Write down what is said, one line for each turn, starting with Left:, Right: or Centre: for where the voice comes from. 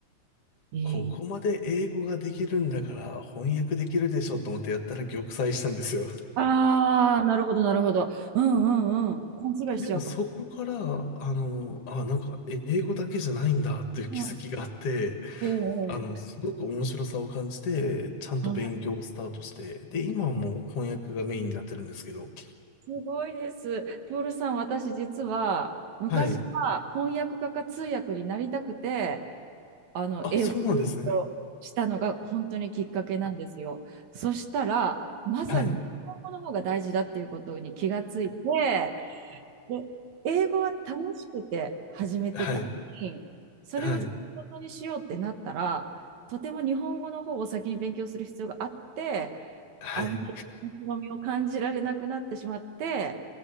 Right: ええああええ
Left: ここまで英語ができるんだから翻訳できるでしょと思ってやったら玉砕したんですよ。
Right: ああええああなるほど、なるほど。うんうんうん。勘違いしちゃうか。
Left: でもそこから、あの、あ、なんか英語だけじゃないんだっていう気づきがあって、
Right: うん、ええ
Left: あの、すごく面白さを感じて、ちゃんと勉強をスタートして、
Right: はい。
Left: で、今はもう翻訳がメインになってるんですけど、
Right: すごいです。トールさん、私実は昔は翻訳家か通訳になりたくて、
Left: はい。
Right: あの英語を勉強したのが本当にきっかけなんですよ。
Left: あ、そうなんですね。
Right: そしたらまさに日本語の方が大事だっていうことに気がついて
Left: はい。
Right: で英語は楽しくて始めてたのにそれを仕事にしようってなったらとても日本語の方を先に勉強する必要があって
Left: はい。はい。はい。
Right: あんまり面白みを感じられなくなってしまって